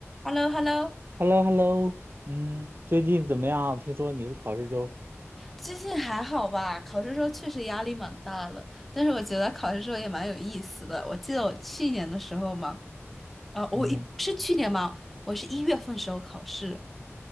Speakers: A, in the centre; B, on the right (about 45°).
A: h e l l o h e l l o
B: h e l l o h e l l o 嗯，最近怎么样？听说你是考试周，
A: 最近还好吧？考试时候确实压力蛮大的，但是我觉得考试时候也蛮有意思的。我记得我去年的时候嘛，呃，我一是去年嘛，
B: 嗯，
A: 我是一月份时候考试，